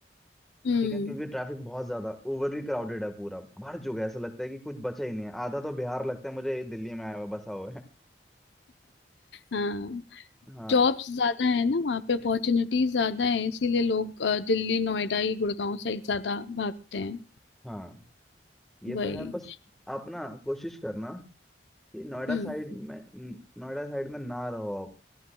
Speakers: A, on the left; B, in the centre.
A: हम्म
B: ठीक है क्योंकि ट्रैफिक बहुत ज्यादा ओवरली क्राउडेड है पूरा भर चुका है ऐसा लगता है कि कुछ बचा ही नहीं है आधा तो बिहार लगता है मुझे ये दिल्ली में आया हुआ बसा हुआ है
A: हाँ
B: हाँ
A: जॉब्स ज्यादा है ना वहाँ पे अपॉर्चुनिटीज ज्यादा है इसीलिए लोग अ, दिल्ली नोएडा ये गुड़गांव साइड ज्यादा भागते हैं
B: हाँ ये
A: वही
B: तो है बस आप ना कोशिश करना कि नोएडा
A: हम्म
B: साइड में न- नोएडा साइड में ना रहो आप